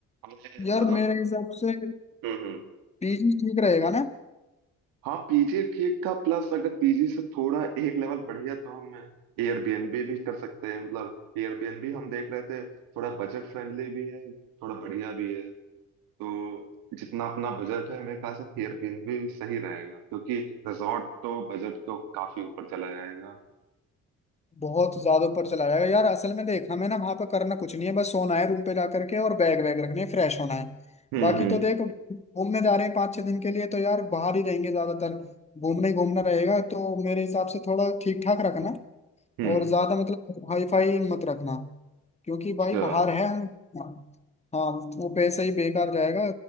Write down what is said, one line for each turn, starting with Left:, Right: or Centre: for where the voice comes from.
Right: हमने
Left: यार
Right: मतलब
Left: मेरे हिसाब से
Right: हम्म
Left: पीजी ठीक रहेगा ना
Right: हाँ पीजी ठीक था प्लस अगर पीजी से थोड़ा एक लेवल बढ़िया तो हम एयरबीएनबी भी कर सकते हैं मतलब एयरबीएनबी हम देख रहे थे थोड़ा बजट फ्रेंडली भी है थोड़ा बढ़िया भी है तो जितना अपना बजट है मेरे ख्याल से एयरबीएनबी सही रहेगा क्योंकि रिजॉर्ट तो बजट तो काफी ऊपर चला जाएगा
Left: बहुत ज्यादा ऊपर चला जाएगा यार असल में देख हमें ना वहां पर करना कुछ नहीं है बस सोना है रूम पे जा करके और बैग वैग रखने फ्रेश होना है
Right: हम्म
Left: बाकी
Right: हम्म
Left: तो देख घूमने जा रहे हैं पाँच छह दिन के लिए तो यार बाहर ही रहेंगे ज्यादातर घूमने ही घूमना रहेगा तो मेरे हिसाब से थोड़ा ठीक ठाक रखना
Right: हम्म
Left: और ज्यादा मतलब हाई फाई मत रखना क्योंकि भाई
Right: अच्छा
Left: बाहर है हम हाँ वो पैसा ही बेकार जाएगा